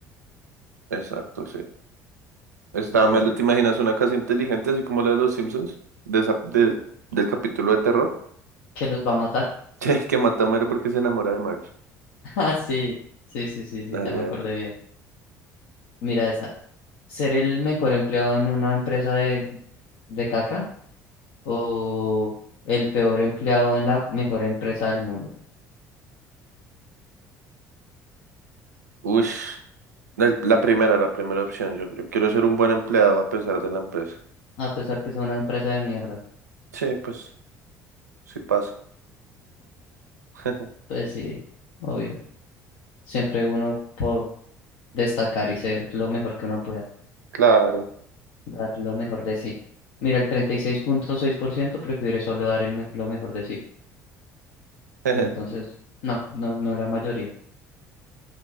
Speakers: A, on the right; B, on the left.
A: Exacto, sí. Está,
B: Bueno,
A: Melo, ¿te imaginas una casa inteligente así como la de los Simpsons? De esa- de- del capítulo de terror.
B: ¿Que los va a matar?
A: <laughs> Che, que mata a Homero porque se enamora de Marge.
B: <laughs> Ah, sí, sí, sí, sí, sí,
A: Dale,
B: ya me
A: dale.
B: acordé bien. Mira esta. ¿Ser el mejor empleado en una empresa de, de caca o el peor empleado en la mejor empresa del mundo?
A: Uy. El- La primera, la primera opción. Yo, yo quiero ser un buen empleado a pesar de la empresa.
B: A pesar que sea una empresa de mierda.
A: Sí, pues, sí pasa. <laughs>
B: Pues sí, obvio. Siempre uno por destacar y ser lo mejor que uno pueda.
A: Claro.
B: Dar lo mejor de sí. Mira, el treinta y seis seis punto seis por ciento prefiere solo dar el me- lo mejor de sí.
A: <laughs>
B: Entonces, no, no, no la mayoría.